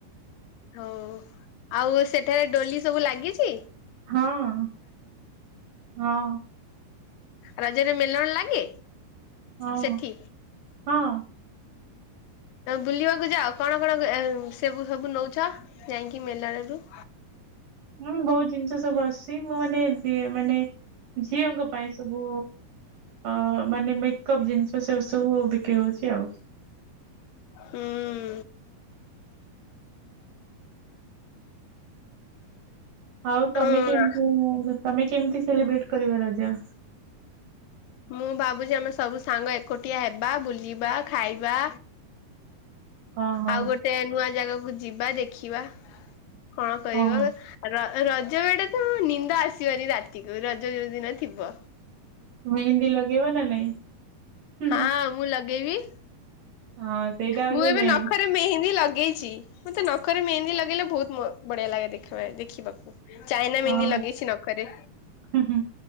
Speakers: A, on the left; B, on the right.
A: ହୋଉ ଆଉ ସେଠାରେ ଡୋଲି ସବୁ ଲାଗିଚି?
B: ହଁ ହଁ।
A: ରଜରେ ମେଲଣ ଲାଗେ
B: ହଁ
A: ସେଠି?
B: ହଁ।
A: ବୁଲିବାକୁ ଯାଅ କଣ କଣ ଏ ସେବୁ ସବୁ ନୋଉଚ? ଯାଇଁକି ମେଲଣରୁ
B: ହୁଁ ବୋହୁତ ଜିନିଷ ସବୁ ଆସୁଚି। ମୁଁ ମାନେ ଯିଏ ମାନେ ଝିଅଙ୍କ ପାଇଁ ସବୁ ଅ ମାନେ ମେକଅପ୍ ଜିନିଷ ସେ ସବୁ ବିକ୍ରି ହୋଉଚି ଆଉ।
A: ହୁଁ।
B: ଆଉ ତମେ
A: ଉଁ
B: କେମତି ତମେ କେମିତି ସେଲିବ୍ରେଟ କରିବ ରଜ?
A: ମୁଁ ଭାବୁଚି ଆମେ ସବୁ ସାଙ୍ଗ ଏକୁଟିଆ ହେବା ବୁଲିବା ଖାଇବା
B: ହଁ ହଁ
A: ଆଉ ଗୋଟେ ନୂଆ ଜାଗାକୁ ଯିବା ଦେଖିବା। କଣ କରିବ?
B: ହଁ
A: ର-ରଜ ବେଳଟା ତ ନିନ୍ଦ ଆସିବନି ରାତିକୁ ରଜ ଯୋଉ ଦିନ ଥିବ।
B: ମେହେନ୍ଦି ଲଗେଇବ ନା ନାଇଁ? ହୁଁ
A: ହଁ
B: ହୁଁ
A: ମୁଁ ଲଗେଇବି।
B: ହଁ ସେଇଟା ହଉଛି
A: ମୁଁ ଏବେ
B: ମେନ୍
A: ନଖ ରେ ମେହେନ୍ଦି ଲଗେଇଚି। ମତେ ନଖରେ ମେହେନ୍ଦି ଲଗେଇଲେ ବୋହୁତ ମ ବଢିଆ ଲାଗେ ଦେଖ ଦେଖିବାକୁ। ଚାଇନା
B: ହଁ
A: ମେହନ୍ଦି ଲଗେଇଚି ନକରେ
B: ହୁଁ ହୁଁ